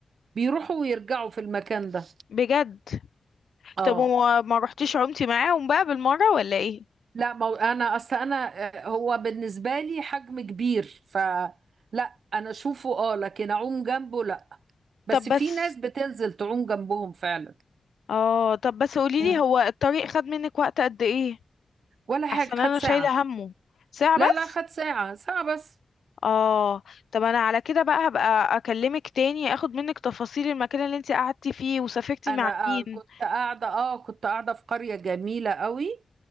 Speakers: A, on the right (about 85°); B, on the left (about 70°).
A: بيروحوا ويرجعوا في المكان ده
B: بجد
A: اه
B: طب وما ما رحتيش عمتي معاهم بقى بالمرة ولا ايه
A: لا ما هو انا اصل انا آه، هو بالنسبه لي حجم كبير ف لا انا اشوفه اه لكن اعوم جنبه لا بس
B: طب بس
A: في ناس بتنزل تعوم جنبهم فعلا
B: اه طب بس قوليلي
A: مم.
B: هو الطريق خد منك وقت قد ايه
A: ولا حاجه
B: احسن
A: خد
B: انا
A: ساعه
B: شايلة همه ساعة
A: لا
B: بس
A: لا خد ساعه ساعه بس
B: اه طب انا على كده بقى هبقى اكلمك تاني اخد منك تفاصيل المكان اللي انت قعدتي فيه وسافرتي
A: انا
B: مع مين
A: آه، كنت قاعده اه كنت قاعده في قريه جميله قوي